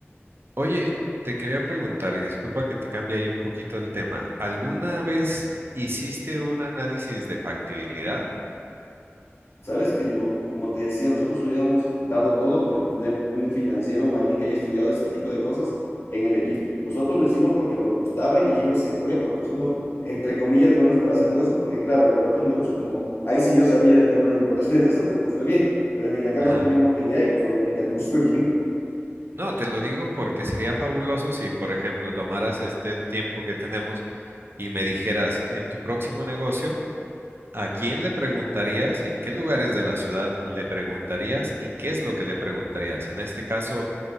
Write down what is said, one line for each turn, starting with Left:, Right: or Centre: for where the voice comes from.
Right: Oye, te quería preguntar, y disculpa que te cambie ahí un poquito el tema. ¿Alguna
Left: Ujú.
Right: vez hiciste un análisis de factibilidad?
Left: Sabes que no, como te decía, nosotros hubiéramos dado todo por tener un financiero, un alguien que haya estudiado este tipo de cosas en el equipo. Nosotros lo hicimos porque nos gustaba y dijimos se fue porque somos, entre comillas, buenos para hacer negocios, porque claro, en el otro negocio, como ahí sí yo sabía del tema de importaciones y eso, pues nos fue bien, pero en el de acá
Right: Ajá.
Left: no teníamos ni idea y pues obviamente no nos fue bien.
Right: No, te lo digo porque sería fabuloso si, por ejemplo, tomaras este tiempo que tenemos y me dijeras en tu próximo negocio, ¿a quién le preguntarías? ¿En qué lugares de la ciudad le preguntarías? ¿Y qué es lo que le preguntarías? En este caso,